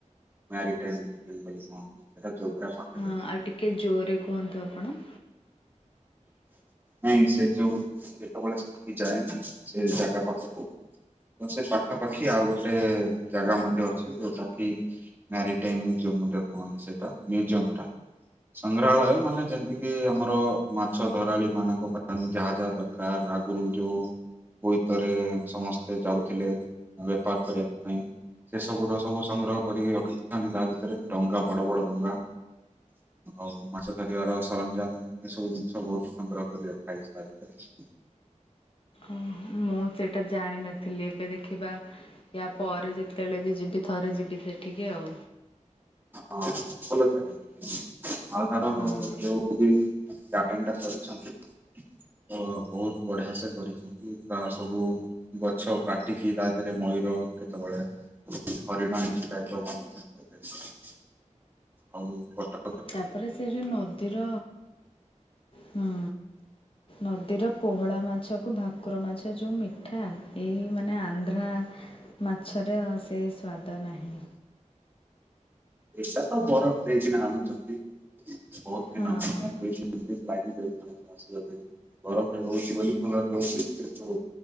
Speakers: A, on the right; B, on the left.
A: ମ୍ୟାରିଟାଇମ୍ <unintelligible> ଏଇଟା ଜୋବ୍ରା ପାଖରେ।
B: ହଁ
A: ଅଛି।
B: ଆଉ ଟିକେ ଜୋରେ କୁହନ୍ତୁ ଆପଣ।
A: ନାଇଁ ସେ ଯୋଉ ଯେତବେଳେ ସେଠିକି ଯାଏ ନା ସେ ଜାଗା ପାଖକୁ ତ ସେ ପାଖାପାଖି ଆଉ ଗୋଟେ ଜାଗା ମଧ୍ୟ ଅଛି ଯୋଉଟା କି ମ୍ୟାରିଟାଇମ ମ୍ୟୁଜିୟମ ମଧ୍ୟ କୁହନ୍ତି ସେଟା ମ୍ୟୁଜିୟମଟା। ସଂଗ୍ରହାଳୟ ମାନେ ଯେମତି କି ଆମର ମାଛଧରାଳିମାନଙ୍କ ପାଇଁ ଯାହା ଯାହା ଦରକାର ଆଗୁରୁ ଯୋଉ ବୋଇତରେ ସମସ୍ତେ ଯାଉଥିଲେ ବେପାର କରିବା ପାଇଁ ସେସବୁର ସବୁ ସଂଗ୍ରହ କରିକି ରଖିଥାନ୍ତି ତା ଭିତେରେ ଡଙ୍ଗା ବଡ ବଡ ଡଙ୍ଗା ଆଉ ମାଛ ଧରିବାର ସରଞ୍ଜାମ ଏସବୁ ଜିନି ସବୁ ସଂଗ୍ରହ କରି ରଖାହେଇଚି ତା ଭିତେରେ।
B: ଓହୋ ଉଁ ମୁଁ ଚେଇଟା ଜାଣିନ ଥିଲି ଏବେ ଦେଖିବା ୟାପରେ ଯେତେବେଳେ ବି ଯିବି ଥରେ ଯିବି ସେଠିକି ଆଉ।
A: ହଁ ଭଲ ଜାଗା ଦେଖି <unintelligible> ଆଉ ତାର
B: ହଁ
A: ଯୋଉ ବି <unintelligible> କରୁଛନ୍ତି। ଓ ବୋହୁତ ବଢିଆ ସେ କରିଛନ୍ତି ପ୍ରାୟ ସବୁ ଗଛ କାଟିକି ତା ଧେରେ ମୟୂର କେତେ ବଢିଆ ହରିଣ ଏମିତି ଟାଇପର ବନେଇ ଦେଇଛନ୍ <inaudible> ହଉ କଟ
B: ତାପରେ ସେ ଯୋଉ ନଦୀର ହୁଁ। ନଦୀର ପୋହଳା ମାଛକୁ ଭାକୁର ମାଛ ଯୋଉ ମି ଠା ଏଇ ମାନେ ଆନ୍ଧ୍ରା ମାଛରେ ଆଉ ସେ ସ୍ୱାଦ ନାହିଁ।
A: ଏକା ତ ବରଫ ଦେଇକିନା ଆଣୁଚନ୍ତି। ବୋହୁତ
B: ହଁ
A: ଦିନ ମାନେ ଦୁଇ ତିନ ଦିନ ଲାଗି ଯାଉ <unintelligible> ଆସିବା ପାଇଁ ବରଫରେ ରହୁଚି ବୋଲି ଭଲରେ ରହୁଚି କିନ୍ତୁ